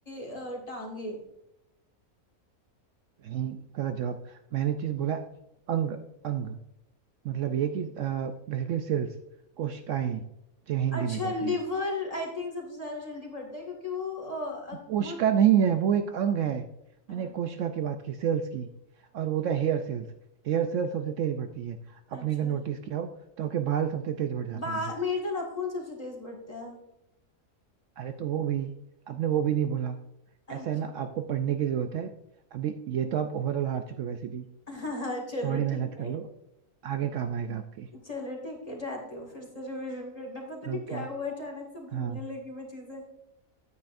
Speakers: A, on the left (about 25°); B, on the right (about 70°).
A: अ, टांगे
B: नहीं गलत जवाब मैंने चीज बोला है, अंग अंग मतलब ये कि बेसिकली सेल्स कोशिकाएं जिन्हें हिंदी
A: अच्छा
B: में कहते
A: लिवर
B: हैं
A: आई थिंक सबसे ज्यादा जल्दी बढ़ता है क्योंकि वो अ, अग-
B: वो कोशिका
A: वो
B: नहीं है वो एक अंग है
A: अ,
B: मैंने कोशिका की बात की सेल्स की और वो था हेयर सेल्स हेयर सेल्स सबसे तेज बढ़ती है अपने
A: अच्छा
B: अगर नोटिस किया हो तो आपके बाल सबसे तेज बढ़ जाते
A: बा
B: होंगे
A: मेरे तो नाखून सबसे तेज बढ़ते हैं
B: अरे तो वो भी आपने वो भी नहीं बोला
A: अच्छा
B: ऐसा है ना आपको पढ़ने की जरूरत है अभी ये तो आप ओवरऑल हार चुके हो वैसे भी
A: <laughs> चलो
B: थोड़ी मेहनत
A: ठीक है
B: कर लो आगे काम आएगा आपके
A: चलो ठीक है जाती हूँ फिर से रिवीजन करना पता नहीं
B: ओके
A: क्या हुआ अचानक से भूलने
B: हाँ
A: लगी मैं चीजें